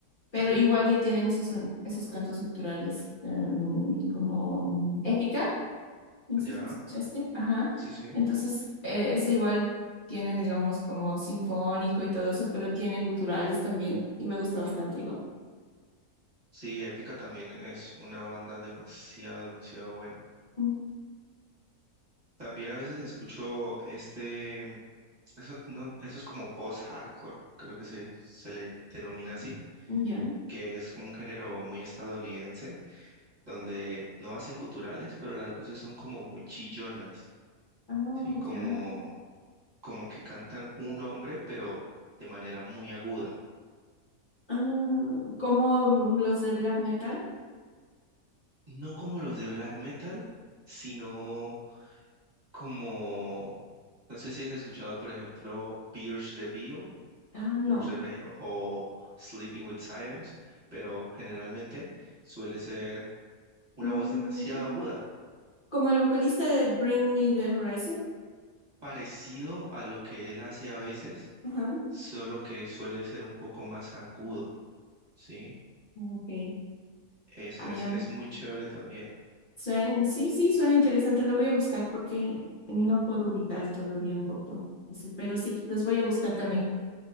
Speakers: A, on the left (about 35°); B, on the right (about 30°).
A: pero
B: Ujú,
A: igual ya tienen esos, son- esos cantos culturales em, como mm, épica. No sé
B: Ya,
A: si escuchaste. Ajá.
B: sí, sí.
A: Entonces, eh, ese igual tiene, digamos, como sinfónico y todo eso, pero tiene guturales también y me gusta bastante igual.
B: Sí, Épica también es una banda demasiado, demasiado buena.
A: Mm,
B: También a veces escucho este, eso, no, eso es como post-hardcore, creo que se, se le denomina así,
A: Ya.
B: que es como un género muy estadounidense, donde no hacen guturales, pero las voces son como muy chillonas,
A: Ah,
B: ¿sí? Como,
A: ya.
B: como que cantan un hombre, pero de manera muy aguda.
A: Ah, como mm, los de black metal.
B: No como los de black metal, sino como, no sé si has escuchado, por ejemplo, Pierce the Veil,
A: Ah, no.
B: Pierce the Veil o Sleeping with Sirens, pero generalmente suele ser una
A: Mm,
B: voz demasiado aguda,
A: como el vocalista de Bring Me the Horizon.
B: parecido a lo que él hace a veces,
A: Ajá.
B: solo que suele ser un poco más agudo, ¿sí?
A: Ok.
B: Es,
A: Ah,
B: es,
A: ya.
B: es muy chévere también.
A: Suen- sí, sí, suena interesante. Lo voy a buscar porque no puedo ubicar todavía un poco. Así, pero sí, los voy a buscar también